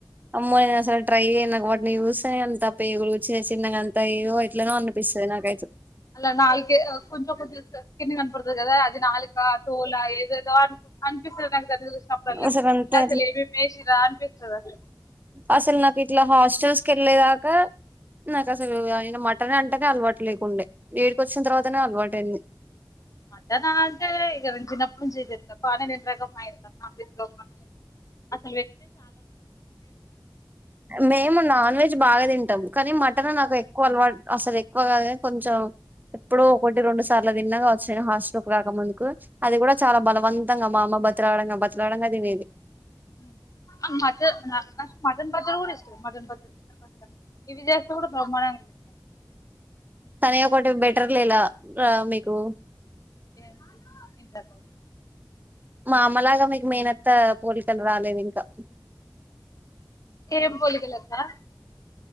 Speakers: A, on the right; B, on the left.
A: అమ్మో నేనసలు ట్రై చేయ్యన్. నాకు వాటిని చూస్తే, అంతా పేగులు వచ్చేసి చిన్నగ అన్ త ఏదో ఎట్లనో అనిపిస్తది నాకు. రాయచు
B: అలా నాలుకే కొంచం కొంచం స్కిన్ కనపడతది కదా అది నాలుకా తోలా ఏదేదో అనుకు అనిపిస్తది నాకు దాన్ని చూసినప్పుడల్లా.
A: అసలు అంతా
B: ఇంకా అస్సల్ ఏమేమి ఏసిర్రా అనిపిస్ సదా ట
A: అస్సలు, నాకిట్ల హాస్టల్స్ కెళ్ళేదాకా నాకసలు అయన మటన్ అంటేనే అలవాటు లేకుండే. ఈడికి వచ్చిన తర్వాతనే అలవాటయింది.
B: మటన్ అనంటే ఇగ నేను చిన్నప్పటి నుంచి ఇదే తింటా బానె తింటరా ఒకప్ మా ఇంట్లో ఉన్నా ఆఫీస్ లో ఉన్న <unintelligible>
A: మేము నాన్ వెజ్ బాగా తింటాం. కానీ మటన్ నాకు ఎక్కువ అలవాటు అస్సలు ఎక్కువ కాదుకని, కొంచెం ఎప్పుడో ఒకటి రొండు సార్లు తిన్నాగావచ్చు నేను హాస్టల్కి రాక ముందుకు. అది కూడా, చాలా బలవంతంగా మా అమ్మ బతిలాడంగ బతిలాడంగ తినేది.
B: మ్ ఆ మట నా నాక్ మటన్ పచ్చడి కూడా ఇస్ మటన్ పచ్చడి చికెన్ పచ్చడ ఇవి చేస్తే కూడా బ్రహ్మాండంగ తిన్
A: కానీ ఒకటి బెటర్ లే లా ర మీకు.
B: ఏంటి ఏంటా డౌ
A: మా అమ్మలాగా మీకు మేనత్త పోలికలు రాలేదు ఇంకా.
B: ఏం పోలికలక్క?